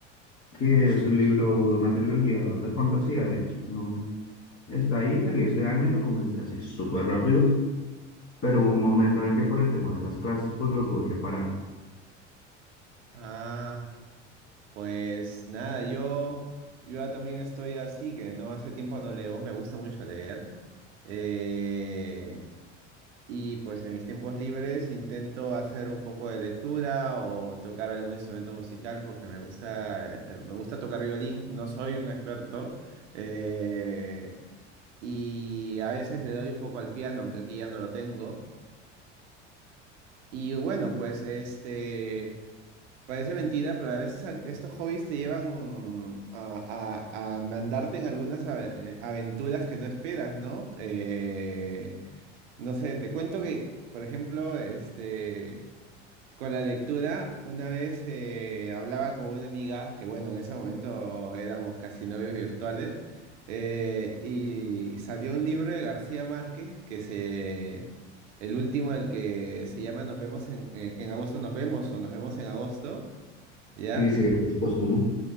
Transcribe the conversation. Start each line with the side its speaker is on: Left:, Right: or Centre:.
Left: que es un libro de una trilogía de fantasía, de hecho, no, está ahí, salió este año, lo comencé así súper rápido, pero hubo un momento en el que por el tema de las clases, pues lo tuve que parar.
Right: Ah, pues nada, yo, yo también estoy así, que no hace tiempo no leo, me gusta mucho leer. Eh, Y pues en mis tiempos libres intento hacer un poco de lectura o tocar algún instrumento musical porque me gusta, eh, me gusta tocar violín, no soy un experto. eh, y a veces le doy un poco al piano, aunque aquí ya no lo tengo. Y bueno, pues este, parece mentira, pero a veces al- estos hobbies te llevan a, a- a mandarte en algunas ave- eh, aventuras que no esperas, ¿no? Eh, no sé, te cuento que, por ejemplo, este, con la lectura, una vez eh, hablaba con una amiga, que bueno, en ese momento éramos casi novios virtuales, eh, y salió un libro de García Márquez, que se, el último, el que se llama Nos vemos en, en- en agosto, nos vemos o nos vemos en agosto, ¿ya?
Left: Sí, sí, este es póstumo.